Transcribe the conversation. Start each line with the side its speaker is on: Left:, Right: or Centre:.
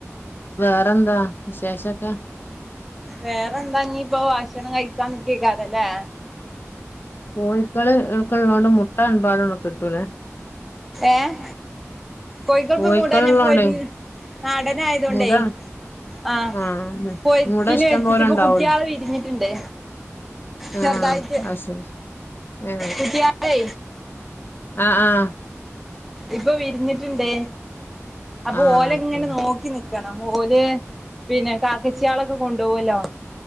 Left: വെറെന്താ വിശേഷൊക്കെ
Centre: വേറെന്താ ഇനിപ്പോ ഭക്ഷണം കയ്ക്കാൻ മുട്ടി നിക്കാര അല്ലേ.
Left: കോയ്ക്കള് ഇള്ളോണ്ട് മുട്ട അൻപാ <unintelligible> കിട്ടൂലെ.
Centre: ഏഹ് കോയ്ക്കള്പ്പ
Left: കോഴിക്കളുള്ളോണ്ടേ
Centre: കൂടന്നെ പൊര് <unintelligible> ഞ്ഞ് നാടൻ ആയത് കൊണ്ടേ
Left: മുത
Centre: ആഹ്
Left: ആ മു-
Centre: പൊരിച്ചിന്
Left: മുട ഇഷ്ടം
Centre: വെച്ചിട്ട്
Left: പോലെ
Centre: ഇപ്പ
Left: ഉണ്ടാവല്ലോ
Centre: കുട്ടിയാള് വിരിഞ്ഞിട്ടുണ്ട്
Left: ആ
Centre: ചെറുതായിട്ട്
Left: അത് ശരി ഏ
Centre: വിരിയാത്തെ
Left: ആഹ് ആഹ്
Centre: ഇപ്പൊ വിരിഞ്ഞിട്ടുണ്ട് അപ്പൊ
Left: ആ
Centre: ഓല്
Left: ആയിക്കോട്ടെ
Centre: ഇങ്ങനെ നോക്കി നിക്കാണ് ഓല് പിന്നെ കാക്കച്ചിയളെക്കെ കൊണ്ടോവല്ലോ